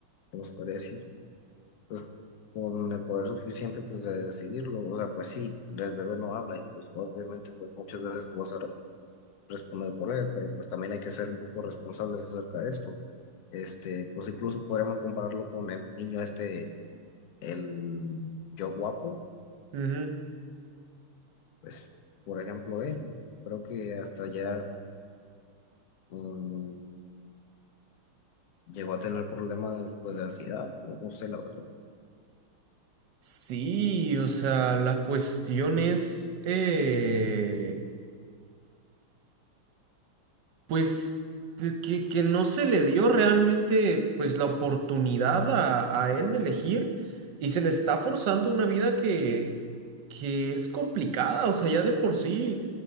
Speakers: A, on the left; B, on the right.
A: ¿cómo se puede decir? Pues con el poder suficiente, pues de decidirlo. O sea, pues sí, el bebé no habla y pues obviamente, pues muchas veces vas a responder por él, pero pues también hay que ser un poco responsables acerca de esto. Este, pues incluso podríamos compararlo con el niño este, el yo guapo,
B: Ujú.
A: pues por ejemplo él, creo que hasta ya mm, llegó a tener problemas pues de ansiedad, o no sé la verdad.
B: Sí, o sea, la cuestión es, eh, pues de que, que no se le dio realmente pues la oportunidad a, a él de elegir y se le está forzando una vida que, que es complicada, o sea, ya de por sí